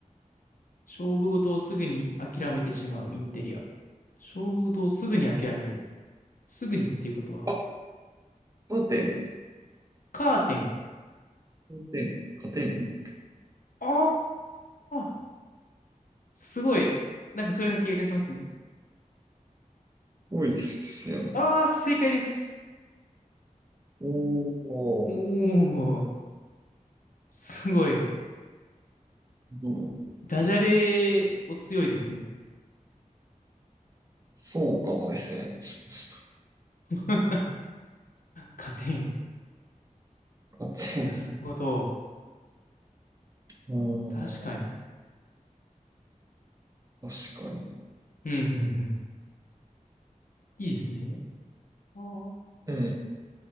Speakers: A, on the left; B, on the right.
A: 勝負事をすぐに諦めてしまうインテリア。勝負事をすぐに諦める。すぐにっていうことは、
B: あ、あ、カーテン。
A: カーテン。
B: 加点、加点
A: あー、すごい。なんかそれな気がしますね。
B: 多いっすよね。
A: あー、正解です。
B: おー、
A: おー、すごい。
B: どう
A: ダジャレお強いですね。
B: そうかもですね。もしかした
A: <laughs> カーテン。
B: ら。加点。
A: なるほど。
B: うーん、
A: 確かに。
B: 確かに。
A: うん、うん、うん。いいですね。あー
B: うん。